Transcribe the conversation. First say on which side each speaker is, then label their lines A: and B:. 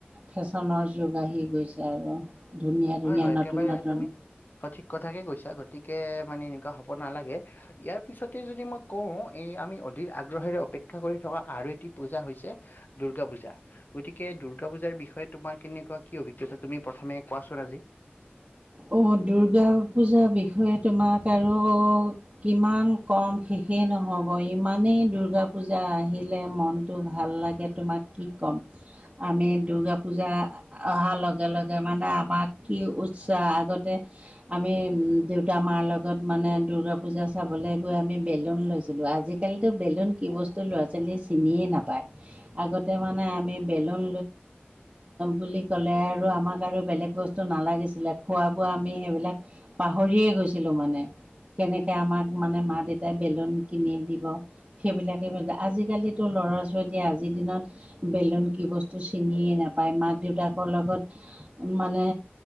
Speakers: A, on the right; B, on the left.
A: ফেশ্বনৰ যুগ আহি গৈছে আৰু ধুনীয়া
B: হয়
A: ধুনীয়া
B: হয় একেবাৰে
A: নতুন নতুন
B: তুমি সঠিক কথাকে কৈছা গতিকে মানে এনেকুৱা হ'ব নালাগে। ইয়াৰ পিছতে যদি মই কওঁ এই আমি অধিক আগ্ৰহেৰে অপেক্ষা কৰি থকা আৰু এটি পূজা হৈছে। দূৰ্গা পূজা গতিকে দূৰ্গা পূজাৰ বিষয়ে তোমাৰ কেনেকুৱা কি অভিজ্ঞতা তুমি প্ৰথমে কোৱাচোন। <unintelligible> ৰাজি
A: অ দূৰ্গা পূজাৰ বিষয়ে তোমাক আৰু কিমান কম শেষেই নহ'ব ইমানেই দূৰ্গা পূজা আহিলে মন তো ভাল লাগে তোমাক কি ক'ম। আমি দুৰ্গা পূজা অহাৰ লগে লগে মানে আমাক কি উৎস চোৱা আগতে আমি দেউতা মাৰ লগত মানে দুৰ্গা পূজা চাবলৈ গৈ আমি বেলুন লৈছিলোঁ আজি আজি কালিতো বেলুন কি বস্তু ল'ৰা-ছোৱালীয়ে চিনিয়ে নাপায়। আগতে মানে আমি বেলুন বুলি ক'লে আৰু আমাক আৰু বেলেগ বস্তু নালাগিছিলে খোৱা বোৱা আমি সেইবিলাক পাহৰিয়ে গৈছিলো মানে। কেনেকে আমাক মানে মা দেউতাই বেলুন কিনি দিব। সেইবিলাকে আজিকালিতো ল'ৰা-ছোৱালীয়ে আজিৰ দিনত বেলুন কি বস্তু চিনিয়ে নাপায় মাক দেউতাকৰ লগত মানে